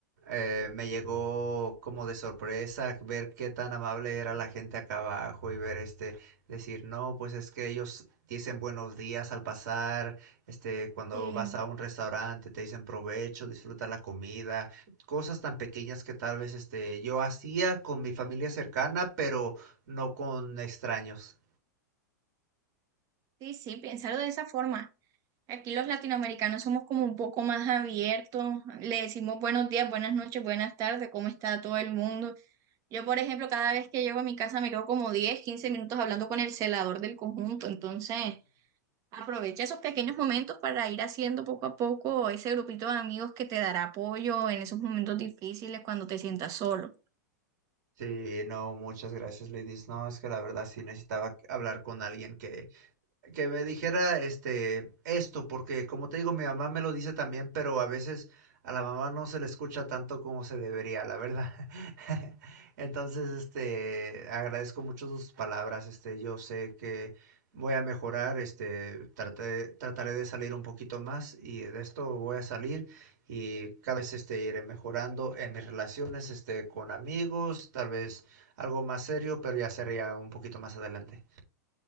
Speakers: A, on the right; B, on the right.
A: eh, me llegó como de sorpresa ver qué tan amable era la gente acá abajo y ver este, decir, no, pues es que ellos dicen buenos días al pasar, este, cuando
B: Sí,
A: vas a un restaurante te dicen provecho, disfruta la comida, cosas tan pequeñas que tal vez este, yo hacía con mi familia cercana, pero no con extraños.
B: sí, sí, piénsalo de esa forma. Aquí los latinoamericanos somos como un poco más abiertos, le decimos buenos días, buenas noches, buenas tardes, ¿cómo está todo el mundo? Yo, por ejemplo, cada vez que llego a mi casa me quedo como 10, 15 minutos hablando con el celador del conjunto, entonces aprovecha esos pequeños momentos para ir haciendo poco a poco ese grupito de amigos que te dará apoyo en esos momentos difíciles cuando te sientas solo.
A: Sí, no, muchas gracias, ladies. No, es que la verdad sí necesitaba hablar con alguien que, que me dijera este esto, porque como te digo, mi mamá me lo dice también, pero a veces a la mamá no se le escucha tanto como se debería, la verdad. <laughs> Entonces, este, agradezco mucho sus palabras, este, yo sé que voy a mejorar, este, traté- trataré de salir un poquito más y de esto voy a salir y cada vez, este, iré mejorando en mis relaciones, este, con amigos, tal vez algo más serio, pero ya sería un poquito más adelante.